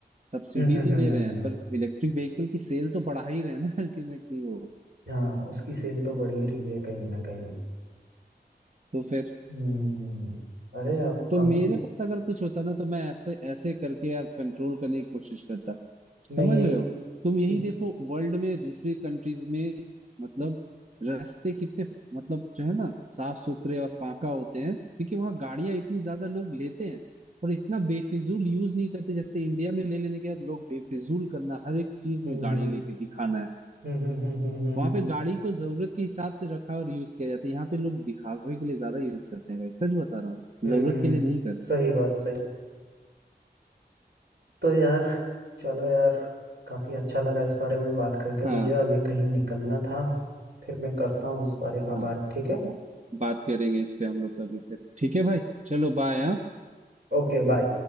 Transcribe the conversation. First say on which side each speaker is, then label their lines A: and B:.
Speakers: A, on the right; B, on the right.
A: सब्सिडी
B: हम्म हम्म
A: तो दे
B: हम्म
A: रहे हैं
B: हम्म।
A: पर इलेक्ट्रिक व्हीकल की सेल तो बढ़ा ही रहे हैं ना <laughs> अल्टीमेटली वो
B: हाँ उसकी सेल तो बढ़ ही रही है कहीं ना कहीं
A: तो फिर
B: हम्म अरे आप
A: तो
B: काफ़ी
A: मेरे पास अगर कुछ होता ना तो मैं ऐसे ऐसे करके यार कंट्रोल करने की कोशिश करता
B: मैं
A: समझ
B: यही
A: रहे हो तुम यही
B: हम्म
A: देखो वर्ल्ड में दूसरी कंट्रीज में मतलब रास्ते कितने मतलब जो है ना साफ सुथरे और फाका होते हैं क्योंकि वहाँ गाड़ियां इतनी ज्यादा लोग लेते हैं और इतना बेफिजूल यूज नहीं करते जैसे इंडिया में ले लेने के बाद लोग बेफिजूल करना हर एक चीज
B: हम्म
A: में गाड़ी लेके दिखाना है
B: हम्म हम्म हम्म हम्म हम्म
A: वहां
B: हम्म, हम्म।
A: पे गाड़ी को जरूरत के हिसाब से रखा और यूज किया जाता है यहाँ पे लोग दिखावे के लिए ज्यादा यूज करते हैं भाई सच बता रहा हूँ
B: हम्म
A: जरूरत
B: हम्म,
A: के लिए
B: हम्म।
A: नहीं करते
B: सही बात सही तो यार चलो यार काफ़ी अच्छा लगा इस बारे में बात करके
A: हाँ
B: मुझे अभी कहीं निकलना था फिर मैं करता हूँ इस बारे में
A: हाँ
B: बात ठीक है
A: बात करेंगे इस पे हम लोग कभी फिर ठीक है भाई चलो बाय हाँ
B: Okay bye